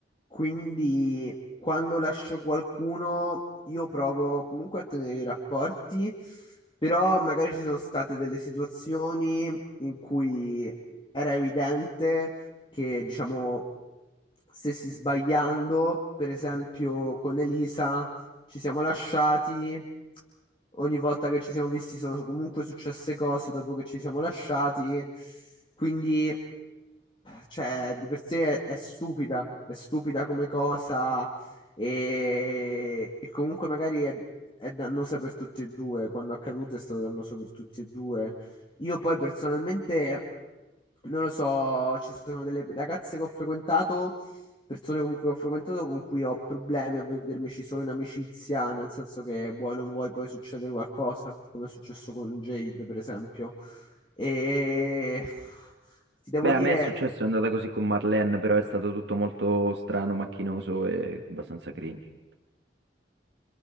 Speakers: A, on the left (about 30°); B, on the right (about 80°).
A: quindi quando lascio qualcuno io provo comunque a tenere i rapporti, però magari ci sono state delle situazioni in cui era evidente che, diciamo, stessi sbagliando, per esempio con Elisa ci siamo lasciati. Ogni volta che ci siamo visti sono comunque successe cose dopo che ci siamo lasciati. Quindi, cioè, di per sé è, è stupida, è stupida come cosa e, e comunque magari è, è dannosa per tutti e due. Quando è accaduto è stato dannoso per tutti e due. Io poi personalmente, non lo so, ci sono delle ragazze che ho frequentato persone comunque che ho frequentato con cui ho problemi a vedermici solo in amicizia, nel senso che vuoi o non vuoi poi succedere qualcosa, come è successo con Jade, per esempio. E ti devo
B: Beh,
A: dire
B: a me è successo, è andata così con Marlene, però è stato tutto molto strano, macchinoso e abbastanza cringe.